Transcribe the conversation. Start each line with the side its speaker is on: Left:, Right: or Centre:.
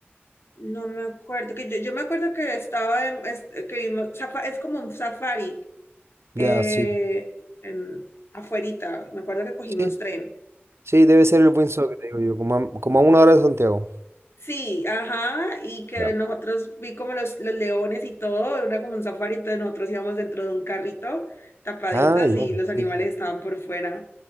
Left: no me acuerdo, que yo, yo me acuerdo que estaba en... es- eh, que vimos, safa- es como un safari
Right: Ya,
Left: eh,
Right: sí.
Left: en, afuerita, me acuerdo que cogimos
Right: Sí,
Left: tren.
Right: sí, debe ser el buen que te digo yo, como a, como a una hora de Santiago.
Left: Sí, ajá, y que
Right: Ya.
Left: nosotros vi como los, los leones y todo, era como un safari, entonces nosotros íbamos dentro de un carrito tapaditas
Right: Ah, ya,
Left: y los
Right: sí,
Left: animales
Right: sí. sí.
Left: estaban por fuera.